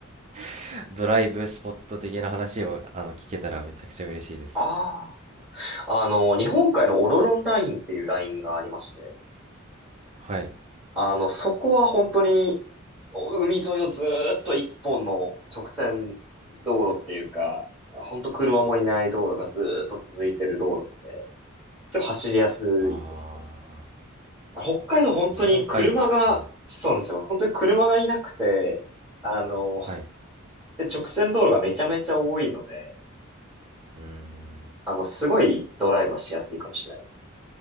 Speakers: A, on the right; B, in the centre.
A: <laughs> ドライブスポット的な話を、あの、聞けたらめちゃくちゃ嬉しいです。
B: ああ。あの、日本海のオロロンラインっていうラインがありまして、
A: はい。
B: あの、そこは本当に、お海沿いをずーっと一本の直線道路っていうか、本当車もいない道路がずーっと続いてる道路で、ちょっと走りやすいですね。
A: ああ、
B: 北海道本当に車が、
A: 日本海の、はい。
B: そうなんですよ。本当に車がいなくて、あの、
A: はい。
B: で、直線道路がめちゃめちゃ多いので、
A: うーん。
B: あの、すごいドライブはしやすいかもしれない。